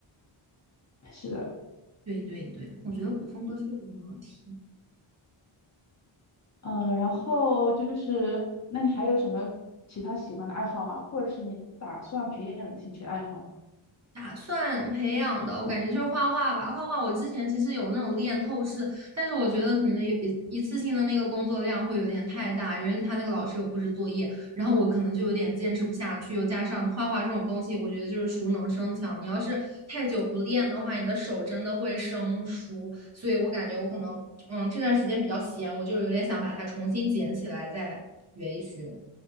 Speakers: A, on the left; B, on the right.
A: 是的，
B: 对对对，我觉得古风歌确实很好听。
A: 嗯，然后就是，那你还有什么其他喜欢的爱好吗？或者是你打算培养的兴趣爱好？
B: 打算培养的，我感觉就是画画吧。画画我之前其实有那种练透视，但是我觉得可能有一一次性的那个工作量会有点太大，因为他那个老师有布置作业，然后我可能就有点坚持不下去。又加上画画这种东西，我觉得就是熟能生巧，你要是太久不练的话，你的手真的会生疏。所以我感觉我可能，嗯，这段时间比较闲，我就有点想把它重新捡起来再学一学。